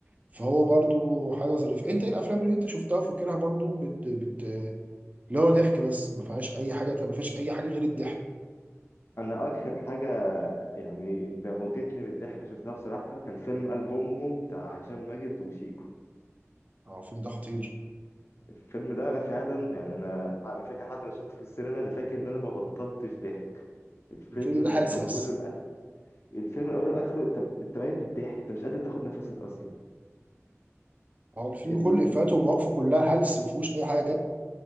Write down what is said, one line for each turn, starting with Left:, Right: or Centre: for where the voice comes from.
Right: فهو برضو حاجة ظريفة أنت إيه الأفلام اللي أنت شفتها وفاكرها برضو بت... بت... اللي هو ضحك بس ما فيهاش أي حاجة ما فيش أي حاجة غير الضحك
Left: أنا آخر حاجة يعني موتتني من الضحك شفتها بصراحة كان فيلم قلب أمه بتاع هشام ماجد وشيكو
Right: أه الفيلم ده خطير
Left: الفيلم ده فعلا يعني انا انا فاكر حتى لو شفته في السينما انا فاكر ان انا ما بطلتش ضحك الفيلم
Right: الفيلم
Left: من
Right: ده هلس
Left: اوله
Right: بس
Left: لاخره الفيلم من اوله لاخره انت انت ميت من الضحك انت مش قادر تاخد نفسك اصلا
Right: هو الفيلم
Left: ال...
Right: كله إفيهاته ومواقفه كلها هلس ما فيهوش أي حاجة جد